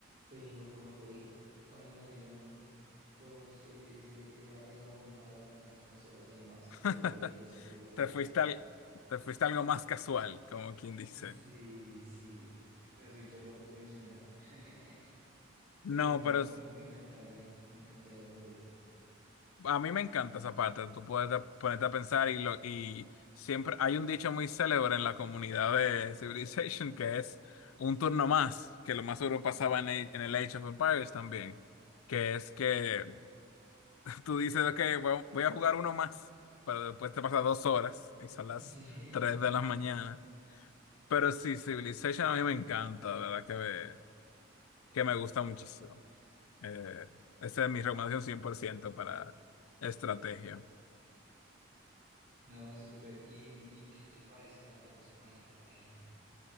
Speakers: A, on the right; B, on the left.
A: pero como te digo, cuando salieron los, e- ese- esa, esa bomba de las nuevas consolas y demás,
B: <laughs>
A: yo dejé esos juegos de
B: Te
A: lado.
B: fuiste al, te fuiste a algo más casual, como quien dice.
A: Sí, sí, me fui por lo convencional, <laughs>
B: No,
A: pero no,
B: pero es-
A: me, me encantaría, me encantaría volver.
B: a mí me encanta esa parte. Tú puedes a- ponerte a pensar y, lo, y siempre hay un dicho muy célebre en la comunidad de Civilization que es un turno más, que lo más seguro pasaba en el, en el Age of Empires también, que es que <laughs> tú dices, ok, voy voy a jugar uno más, pero después te pasa dos horas y son las
A: Sí.
B: tres de la mañana.
A: <laughs>
B: Pero sí, Civilization a mí me encanta, de verdad que me, que me gusta muchísimo. Eh, esa es mi recomendación 100% para estrategia.
A: No, súper. ¿Y, y qué te parecen los juegos, por ejemplo, de,